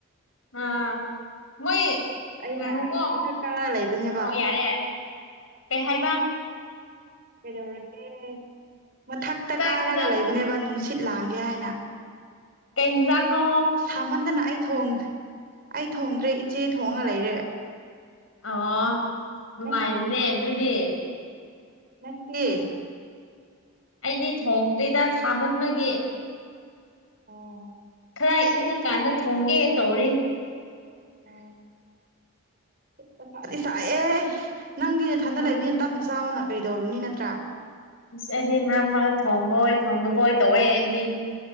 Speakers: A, on the left (about 70°); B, on the right (about 45°).
A: ꯑꯥ ꯃꯣꯏ
B: ꯑꯩꯅ
A: ꯉꯥꯏꯈꯣꯀꯣ
B: ꯃꯊꯛ ꯀꯥꯔ ꯂꯩꯕꯅꯦꯕ
A: ꯑꯣ ꯌꯥꯔꯦ ꯌꯥꯔꯦ ꯀꯩ ꯍꯥꯏꯕ
B: ꯀꯩꯗꯧꯔꯒꯦ ꯃꯊꯛꯇ
A: ꯆꯥꯛ
B: ꯀꯥꯔꯒ
A: ꯏꯟꯖꯥꯡ
B: ꯂꯩꯕꯅꯦꯕ ꯅꯨꯡꯁꯤꯠ ꯂꯥꯡꯒꯦ ꯍꯥꯏꯅ
A: ꯀꯩꯟꯖꯥꯡꯅꯣ
B: ꯁꯥꯃꯟꯗꯅ ꯑꯩ ꯑꯩ ꯊꯣꯡꯗ꯭ꯔꯦ ꯏꯆꯦ ꯊꯣꯡꯉꯥ ꯂꯩꯔꯦ
A: ꯑꯣ ꯅꯨꯡꯉꯥꯏꯔꯤꯅꯦ
B: ꯅꯪꯗꯤ
A: ꯑꯗꯨꯗꯤ
B: ꯅꯪꯗꯤ
A: ꯑꯩꯗꯤ ꯊꯣꯡꯗꯣꯏꯗ ꯁꯥꯃꯟꯕꯒꯤ
B: ꯑꯣ
A: ꯈꯔ ꯏꯪꯉꯀꯥꯟꯗ ꯊꯣꯡꯒꯦ ꯇꯧꯔꯤ
B: ꯎꯝ ꯃꯊꯥꯗꯤ ꯁꯥꯏꯌꯦ ꯅꯪꯗꯤꯅꯦꯊꯟꯗ
A: ꯎꯝ
B: ꯂꯩꯕꯤꯅꯤꯅ ꯇꯞꯅ ꯆꯥꯎꯅ ꯀꯔꯤ ꯇꯧꯔꯨꯅꯤ ꯅꯠꯇ꯭ꯔꯥ
A: ꯑꯁ ꯑꯩꯗꯤ ꯃꯔꯛ ꯃꯔꯛ ꯊꯣꯡꯕꯣꯏ ꯊꯣꯡꯗꯕꯣꯏ ꯇꯧꯋꯦ ꯑꯩꯗꯤ